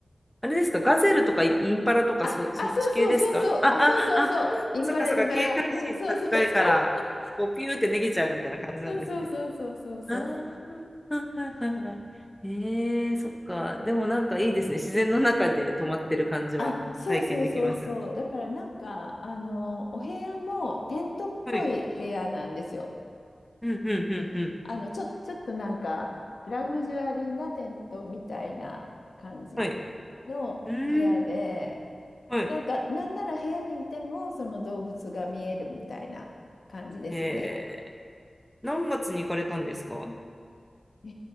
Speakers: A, in the centre; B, on the left.
A: あれですかガゼルとかインパラとか、
B: あ、
A: そ、そっち系ですかあ、
B: あ、そうそうそうそう、あ、
A: あ、
B: そうそうそう、
A: あ、
B: インパラインパラ、
A: そっかそっか。警戒心高いから、
B: うん、そうそうそう。
A: こう、ピューって逃げちゃうみたいな感じなんですね。
B: そうそうそうそうそうそう。
A: ああ、はいはいはいはい。ええそっか。でもなんかいいですね。自然の中で泊まってる感じは体験できますよね。
B: あ、そうそうそうそう。だからなんか、あの、お部屋もテントっぽい部屋なんですよ。
A: はい。うんうんうんうん。
B: あの、ちょ、ちょっとなんか、ラグジュアリーなテントみたいな感じの部屋で、
A: はい。うーん。はい。
B: なんか、なんなら部屋にいても、その動物が見えるみたいな感じですね。
A: ええ何月に行かれたんですか
B: え